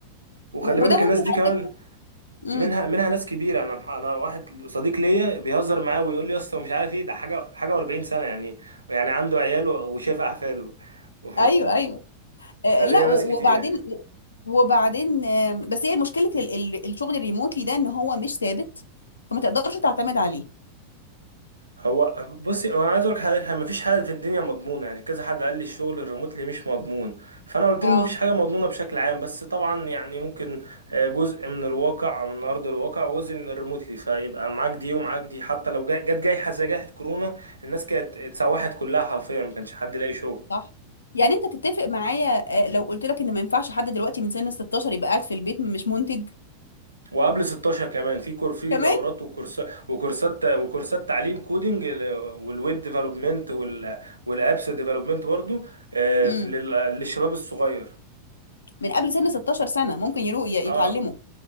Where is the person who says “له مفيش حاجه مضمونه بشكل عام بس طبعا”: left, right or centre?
Right